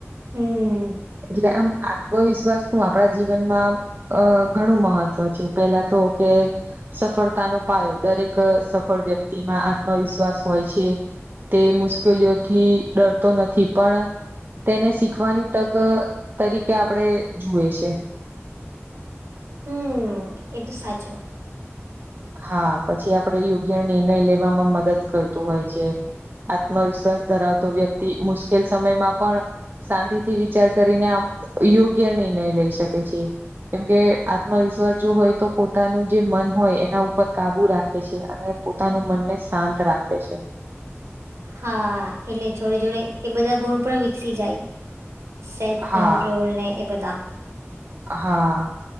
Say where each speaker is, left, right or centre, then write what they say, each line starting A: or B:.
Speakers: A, on the right; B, on the right.
A: હમ્મ
B: એટલે આમ આત્મવિશ્વાસ હું આપણા જીવનમાં અ ઘણું મહત્વ છે પેલા તો કે સફળતાનો પાયો દરેક સફળ વ્યક્તિમાં આત્મવિશ્વાસ હોય છે તે મુશ્કેલીઓથી ડરતો નથી પણ તેને શીખવાની તક તરીકે આપણેે જુએ છે
A: હમ એ તો સાચું
B: હા પછી આપડે યોગ્ય નિર્ણય લેવામાં મદદ કરતું હોય છે આત્મવિશ્વાસ ધરાવતો વ્યક્તિ મુશ્કેલ સમયમાં પણ શાંતિથી વિચાર કરીને આમ યોગ્ય નિર્ણય લઈ શકે છે કેમકે આત્મવિશ્વાસ જો હોય તો પોતાનું જે મન હોય એ એના ઉપર કાબુ રાખે છે અને પોતાનું મનને શાંત રાખે છે
A: હા એટલે જોડે જોડે બધા ગુણ પણ વિકસી જાય સેલ્ફ
B: હા
A: કંટ્રોલ ને એ બધા
B: હા.